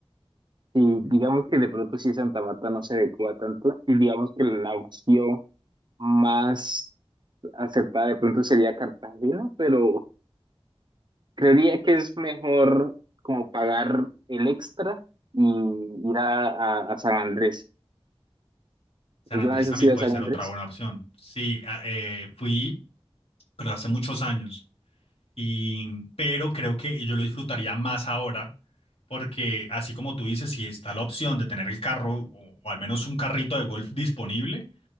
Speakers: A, on the right; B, on the left.
A: y digamos que de pronto sí Santa Marta no se adecua tanto y digamos que la opción más acertada de pronto sería Cartagena, pero Creería que es mejor como pagar el extra y ir a, a, a San Andrés.
B: San
A: ¿Alguna
B: Andrés
A: vez has
B: también
A: ido
B: puede
A: a San
B: ser
A: Andrés?
B: otra buena opción. Sí, a- eh, fui pero hace muchos años. Y, pero creo que yo lo disfrutaría más ahora, porque así como tú dices, si está la opción de tener el carro o, o al menos un carrito de golf disponible,